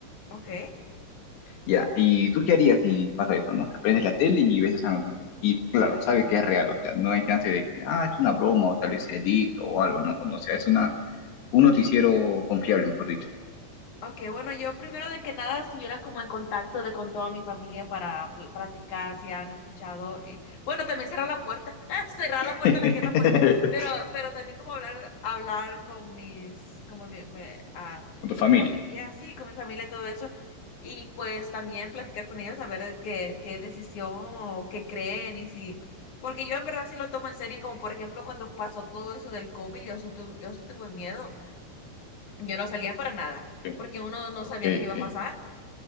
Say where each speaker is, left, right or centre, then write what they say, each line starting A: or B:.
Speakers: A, on the left; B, on the left.
A: ok.
B: Ya. ¿Y tú qué harías si pasa eso, no? O sea, prendes la tele y ves esa noticia. Y claro,
A: Ay.
B: sabes que es real, o sea, no hay chance de que, ah, es una broma o tal vez sea edito o algo, ¿no? O no, o sea, es una, un noticiero confiable, mejor dicho.
A: Ok, bueno, yo primero de que nada estuviera como en contacto de con toda mi familia para pl- platicar si han escuchado y bueno, también cerrar la puerta, <laughs> ah, cerrar
B: <laughs>
A: la puerta, la que es la puerta, pero pero también como hablar hablar con mis como mi, me- ah,
B: Con tu
A: con
B: familia.
A: mi familia, sí, con mi familia y todo eso y pues también platicar con ellos a ver qué qué decisión o qué creen y si porque yo en verdad sí lo tomo en serio, como por ejemplo cuando pasó todo eso del COVID, yo sí tuve- yo sí tuve miedo yo no salía para nada,
B: Ok,
A: porque uno no sabía
B: ok.
A: qué iba a
B: ok.
A: pasar.